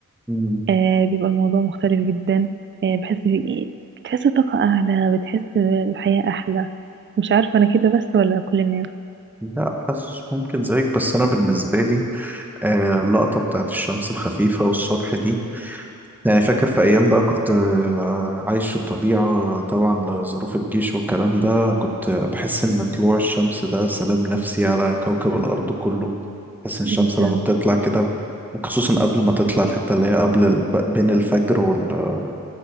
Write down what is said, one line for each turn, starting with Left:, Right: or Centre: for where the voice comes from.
Centre: مم.
Right: آه بيبقى الموضوع مختلف جدا آه بحس في إيه، بتحس طاقة أعلى بتحس الحياة أحلى مش عارفة أنا كده بس ولا كل الناس
Centre: لا حاسس ممكن زيك بس أنا بالنسبة لي آه، اللقطة بتاعت الشمس الخفيفة والصبح دي يعني فاكر في أيام بقى كنت آه، عايش في الطبيعة طبعا لظروف الجيش والكلام ده كنت بحس إن طلوع الشمس ده سلام نفسي على كوكب الأرض كله بحس إن الشمس
Right: جدا
Centre: لما بتطلع كده وخصوصا قبل ما تطلع الحتة اللي هي قبل ال- بين الفجر وال-